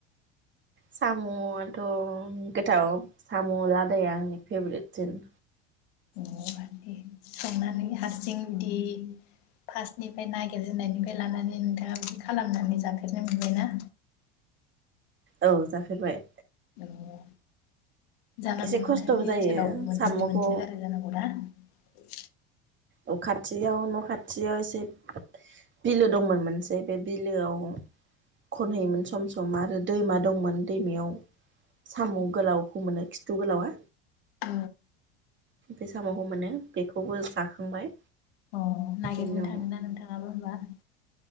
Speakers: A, on the right; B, on the left.
A: साम'आथ' गोथाव साम' लादाया आंनि फेभरेटसिन।
B: अ दे संनानै हारसिं बिदि फासनि ओमफ्राय नागिरजेननायनिफ्राय लानानै नोंथाङा बिदि खालामनानै जाफेरनो मोनबायना?
A: औ जाफेरबाय।
B: औ जानांगौ
A: एसे
B: नोंथांनि
A: खस्थ'बो जायो
B: ओनसोलाव मोनसो
A: साम'खौ
B: मोनसोगारो जानांगौ ना? औ।
A: औ खाथियाव न' खाथियाव एसे बिलो दंमोन मोनसे बे बिलोआव खनहैयोमोन सम सम आरो दैमा दंमोन दैमायाव साम' गोलावखौ मोनो खिथु गोलावा
B: औ
A: बे साम'खौ मोनो बेखौबो जाखांबाय।
B: अ नागिरनो
A: उनाव
B: थाङोना नोंथाङाबो होनबा?